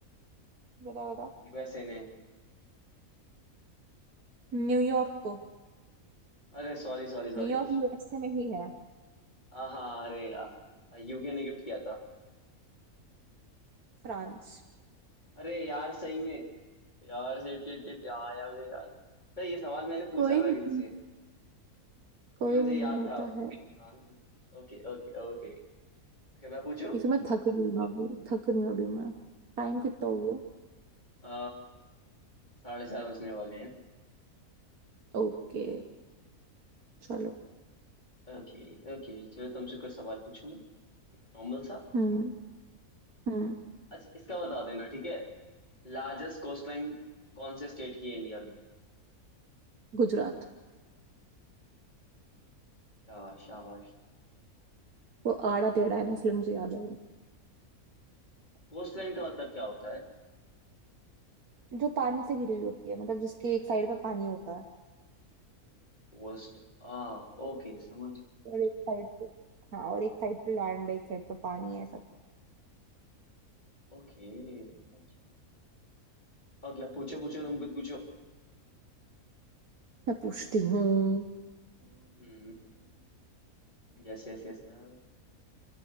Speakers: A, on the right; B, on the left.
A: बता बता
B: यूएसए ने
A: न्यूयॉर्क को
B: अरे सॉरी सॉरी सॉरी
A: न्यूयॉर्क यूएसए में ही है
B: हाँ अरे यार यूके ने गिफ्ट किया था
A: फ्रांस
B: अरे यार सही में यार शिट शिट शिट हाँ यार मुझे याद था तो ये सवाल मैंने पूछा
A: कोई
B: था
A: नहीं
B: किसी से
A: कोई
B: फिर मुझे
A: नहीं
B: याद
A: होता
B: था
A: है
B: तो France Okay okay okay Okay मैं पूछूं
A: एक तो मैं थक रही हूँ अभी थक रही हूँ अभी मैं टाइम कितना हो गया
B: आ, साढ़े चार बजने वाले हैं
A: ओके चलो
B: Okay okay चलो तुमसे कोई सवाल पूछूं मैं एक नॉर्मल सा
A: हम्म हम्म
B: अच्छा इसका बता देना ठीक है लार्जेस्ट कोस्टलाइन कौन से स्टेट की है इंडिया में
A: गुजरात
B: शाबाश शाबाश
A: वो आड़ा टेढ़ा है ना इसलिए मुझे याद है वो
B: कोस्टलाइन का मतलब क्या होता है
A: जो पानी से घिरी हुई होती है मतलब जिसके एक साइड पे पानी होता है
B: होस्ट आ ओके समझ गया समझ
A: और एक साइड पे हाँ और एक साइड पे लैंड एक साइड पे पानी है
B: गया ओके अच्छा ओके पूछो पूछो तुम कुछ पूछो
A: मैं पूछती हूँ
B: हम्म यस यस यस यार